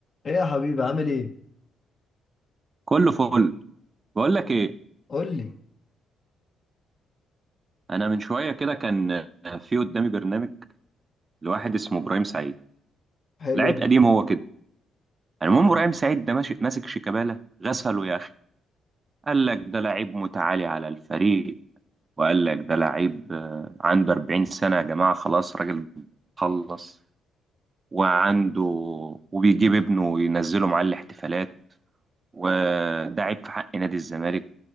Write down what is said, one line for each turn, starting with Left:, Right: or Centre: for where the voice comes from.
Left: ايه يا حبيبي عامل ايه؟
Right: كله فل بقول لك ايه
Left: قول لي
Right: انا من شويه كده كان في قدامي برنامج لواحد اسمه ابراهيم سعيد
Left: حلو
Right: لعيب
Left: أوي،
Right: قديم هو كده يعني المهم ابراهيم سعيد ده ماشي ماسك شيكابالا غسله يا اخي قال لك ده لعيب متعالي على الفريق وقال لك ده لعيب آه، عنده 40 سنه يا جماعه خلاص راجل خلص وعنده وبيجيب ابنه وينزله معاه الاحتفالات وده عيب في حق نادي الزمالك